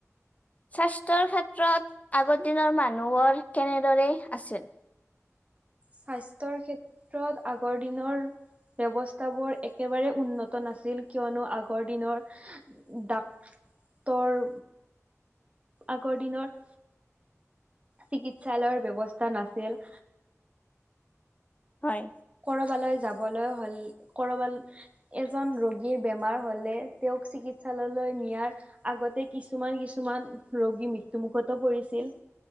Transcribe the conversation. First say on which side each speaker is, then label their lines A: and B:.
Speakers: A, on the left (about 25°); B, on the right (about 25°).
A: স্বাস্থ্যৰ ক্ষেত্ৰত আগৰ দিনৰ মানুহবোৰ কেনেদৰে আছিল?
B: স্বাস্থ্যৰ ক্ষেত্ৰত আগৰ দিনৰ ব্যৱস্থাবোৰ একেবাৰে উন্নত নাছিল। কিযনো আগৰ দিনৰ ডাক্তৰ আগৰ দিনৰ চিকিৎসালয়ৰ ব্যৱস্থা নাছিল।
A: হয়।
B: কৰবালৈ যাবলৈ হ'ল কৰবাল এজন ৰোগীৰ বেমাৰ হ'লে তেওঁক চিকিৎসালয়লৈ নিয়াৰ আগতে কিছুমান কিছুমান ৰোগী মৃত্যুমুখতো পৰিছিল।